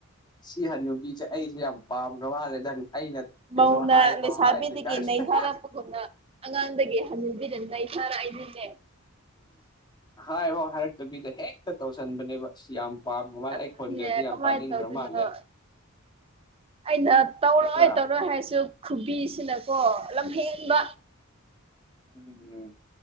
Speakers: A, on the left; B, on the right.
A: ꯁꯤ ꯍꯅꯨꯕꯤꯖꯦ ꯑꯩꯖꯨ ꯌꯥꯝ ꯄꯥꯝꯒ꯭ꯔ ꯃꯥꯜꯂꯦꯗꯟ ꯑꯩꯅ ꯀꯩꯅꯣ
B: ꯃꯧꯅ
A: ꯍꯥꯏꯐꯥꯎ
B: ꯂꯩꯁꯥꯕꯤꯗꯒꯤ
A: ꯍꯥꯏꯗ꯭ꯔꯤ ꯀꯥꯟꯁꯤꯗ
B: ꯅꯩꯊꯥꯔꯛꯄꯒꯨꯝꯅ ꯑꯉꯥꯡꯗꯒꯤ ꯍꯟꯅꯨꯕꯤꯗ ꯅꯩꯊꯔꯛꯏꯅꯤꯅꯦ
A: ꯍꯥꯏꯕꯥꯎ ꯍꯥꯏꯔꯛꯇꯕꯤꯗ ꯍꯦꯛꯇ ꯇꯧꯁꯟꯕꯅꯦꯕ ꯑꯁ ꯌꯥꯝ ꯄꯥꯝꯃ ꯃꯥꯜꯂꯦ
B: ꯑꯗꯨꯅꯦ
A: ꯑꯩ ꯈꯣꯟꯖꯦꯁꯦꯜ ꯌꯥꯝ
B: ꯀꯃꯥꯏꯅ
A: ꯇꯥꯅꯤꯡꯒ꯭ꯔ
B: ꯇꯧꯗꯣꯏꯅꯣ
A: ꯃꯥꯜꯂꯦ
B: ꯑꯩꯅ ꯇꯧꯔꯣꯏ
A: ꯅꯠꯇ꯭ꯔꯥ
B: ꯇꯧꯔꯣꯏ ꯍꯥꯏꯁꯨ ꯈꯨꯕꯤꯁꯤꯅꯀꯣ ꯂꯝ ꯍꯦꯟꯕ
A: ꯎꯝ